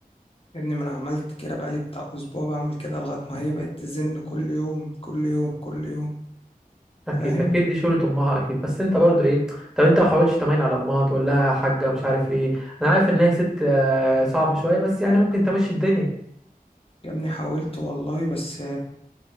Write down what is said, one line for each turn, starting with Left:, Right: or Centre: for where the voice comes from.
Left: ان ما انا عملت كده بقالي بتاع اسبوع بعمل كده لغايه ما هي بقت تزن كل يوم كل يوم كل يوم
Centre: اكيد
Left: فاهم
Centre: اكيد دي شغلة امها اكيد بس انت برضو ايه طب انت ما حاولتش تميل على امها تقول لها يا حاجه مش عارف ايه انا عارف ان هي ست آه، صعبه شويه بس يعني ممكن تمشي الدنيا
Left: يا ابني حاولت والله بس